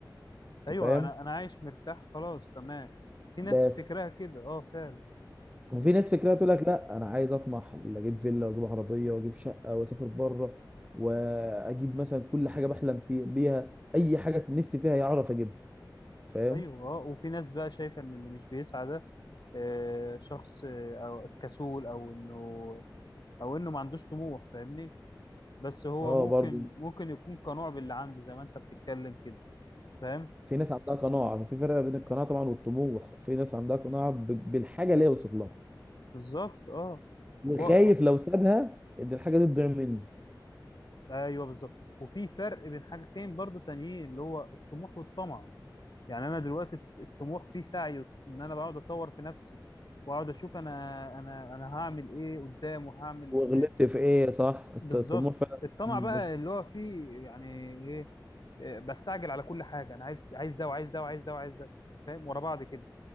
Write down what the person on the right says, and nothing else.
انت فاهم
بس
وفي
ناس فكرها تقول لك لا انا عايز اطمح اجيب فيلا واجيب عربيه واجيب شقه واسافر بره واجيب مثلا كل حاجه بحلم فيها بيها اي حاجه في نفسي فيها يعرف اجيبها فاهم
اه
برضه
في ناس عندها قناعة يعني في فرق بين القناعة طبعا والطموح في ناس عندها قناعة ب- بالحاجة اللي هي وصلت لها
وخايف
لو سابها ان الحاجة دي تضيع مني
وغلطت في ايه صح الط-
الطموح فعلا
مش